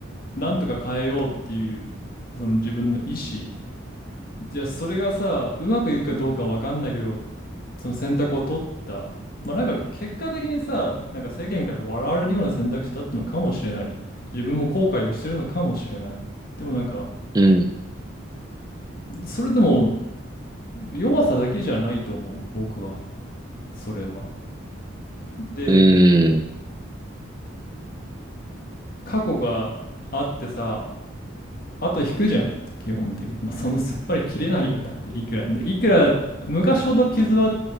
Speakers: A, on the left; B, on the right.
A: なんとか変えようっていう、その自分の意思。じゃあそれがさ、うまくいくかどうかわかんないけど、その選択を取った。まあなんか結果的にさ、なんか世間から笑われるような選択肢だったのかもしれない。自分も後悔をしてるのかもしれない。でもなんか、
B: うん。
A: それでも、弱さだけじゃないと思う、僕は、それは。で、
B: うん。
A: 過去があってさ、あと引くじゃん、基本的に。まあ、そんなすっぱり切れないよ、だって、いくら。で、いくら、昔ほど傷は